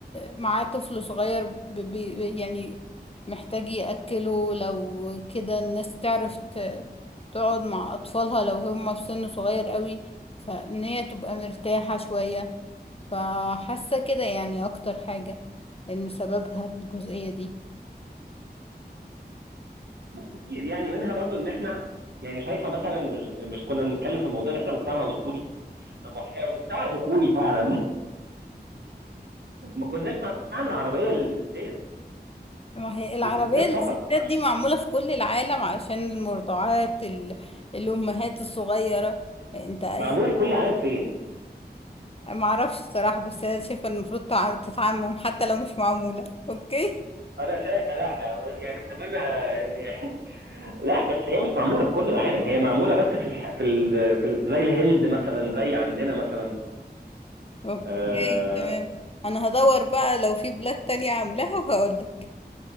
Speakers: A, on the left; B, on the right.
A: معاه طفل صغير ب- ب- يعني محتاج يأكله لو كده الناس تعرف ت- تقعد مع أطفالها لو هم في سن صغير قوي فإن هي تبقى مرتاحة شوية فحاسة كده يعني أكتر حاجة إن سببها الجزئية دي
B: كتير يعني منها برضو ان احنا يعني شايفه مثلا مش مش كنا بنتكلم في موضوع ان احنا مجتمع ذكوري طب ما احنا مجتمع ذكوري فعلا <laughs> ما كناش هنعمل عربيه للستات
A: ما هي العربية
B: للستات
A: للستات
B: فقط عشان
A: دي معمولة في كل العالم علشان المرضعات ال- الأمهات الصغيرة انت يعني
B: معموله في كل العالم فين
A: ما اعرفش الصراحه بس انا شايفه إن المفروض تع- تتعمم حتى لو مش معموله اوكي
B: انا شايف لا يعني تمام يا- <laughs> لا بس هي مش معموله في كل العالم هي معموله بس في الح... في ال... في ال... زي الهند مثلا زي عندنا مثلا
A: اوكي
B: آه...
A: تمام انا هدور بقى لو في بلاد تانية عاملاها وهقول لك